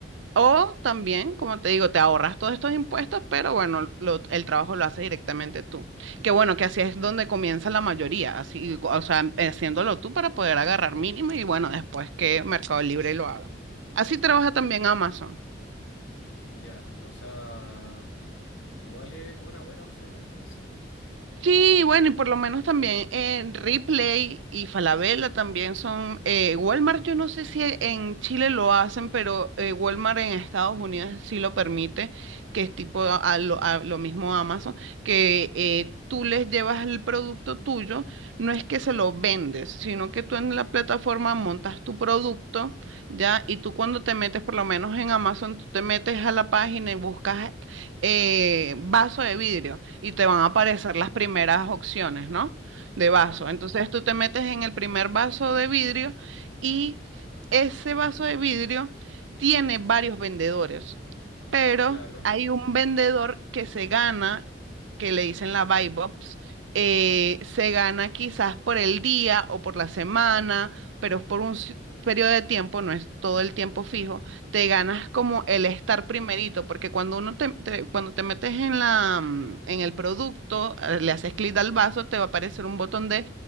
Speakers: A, on the right (about 80°); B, on the left (about 85°).
A: O también, como te digo, te ahorras todos estos impuestos, pero bueno, lo- el trabajo lo haces directamente tú. Que bueno, que así es donde comienza la mayoría, así, o sea, em- haciéndolo tú para poder agarrar mínimo y bueno, después que Mercado Libre lo haga. Así trabaja
B: sí,
A: también Amazon.
B: ya. O sea, igual es una buena opción entonces.
A: Sí, bueno, y por lo menos también en Ripley y Falabella también son, eh, Walmart, yo no sé si en Chile lo hacen, pero eh, Walmart en Estados Unidos sí lo permite, que es tipo a lo, a lo mismo Amazon, que eh, tú les llevas el producto tuyo, no es que se lo vendes, sino que tú en la plataforma montas tu producto, ¿ya? Y tú cuando te metes, por lo menos en Amazon, tú te metes a la página y buscas eh, vaso de vidrio y te van a aparecer las primeras opciones, ¿no? De
B: Ya,
A: vaso. Entonces tú te metes en el primer vaso de vidrio y ese vaso de vidrio tiene varios vendedores, pero
B: claro,
A: hay un vendedor que se gana, que le dicen la buy box, eh, se gana quizás por el día o por la semana, pero es por un ci- periodo de tiempo, no es todo el tiempo fijo te ganas como el estar primerito, porque cuando uno te, te- cuando te metes en la, mm, en el producto, eh, le haces clic al vaso, te va a aparecer un botón de